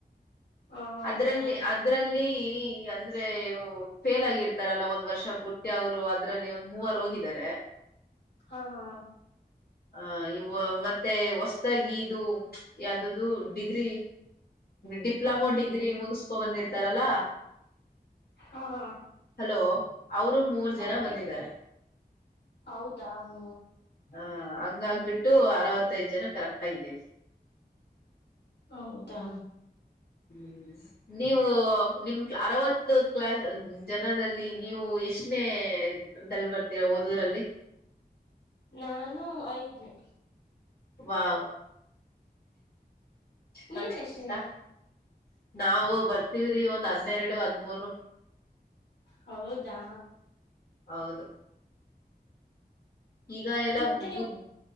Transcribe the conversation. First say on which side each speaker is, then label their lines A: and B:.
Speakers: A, on the left (about 85°); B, on the left (about 65°).
A: ಹ ಹೌದಾ
B: ಅದ್ರಲ್ಲಿ ಅದ್ರಲ್ಲಿ ಅಂದ್ರೆ ಫೇಲ್ ಆಗಿರ್ತಾರಲ್ಲ ಒಂದ್ ವರ್ಷ ಪೂರ್ತಿ ಅವ್ರು ಅದ್ರಲ್ಲಿ ಒ ಮೂವರು ಹೋಗಿದ್ದಾರೆ
A: ಹಾ ಹಾ
B: ಆ ಇ ಮತ್ತೆ ಹೊಸದಾಗಿ ಇದು ಯಾವ್ದದು ಡಿಗ್ರಿ ಡಿಪ್ಲೊಮೋ ಡಿಗ್ರಿ ಮುಗಸ್ಕೊ ಬಂದಿರ್ತಾರಲ್ಲಾ
A: ಹಾ ಹಾ
B: ಹಲೋ ಅವರು ಮೂರ್
A: ಹಲೋ
B: ಜನ
A: ಕೇಳ್
B: ಬಂದಿದ್ದಾರೆ
A: ಹೌದಾ ಹಾ
B: ಹ ಹಂಗ ಆಗಬಿಟ್ಟು ಅರವತ್ತೈದ್ ಜನ ಕರೆಕ್ಟ್ ಆಗಿದ್ದೇವೆ
A: ಹೌದಾ
B: ಹ್ಮ್ ನೀವು ನಿಮ ಅರವತ್ತು ಕ್ಲಾಸ್ ಜನದಲ್ಲಿ ನೀವು ಎಷ್ಟನೇದಲ್ಲಿ ಬರ್ತೀರಾ ಓದದ್ರಲ್ಲಿ
A: ನಾನು ಐದ್ನೇ
B: ವಾ ಮತ್ತಂತ
A: ನೀವ್ ಎಷ್ಟನೇ
B: <inaudible> ನಾವು ಬರ್ತಿವ್ರಿ ಒಂದ್ ಹದನ್ನೆರಡು ಹದ್ಮೂರು
A: ಹೌ ಜಾ
B: ಹೌದು ಈಗ ಎಲ್ಲಾ
A: ಮತ್ತೆ ನೀವು
B: ಬಡ್ಬೂಡ್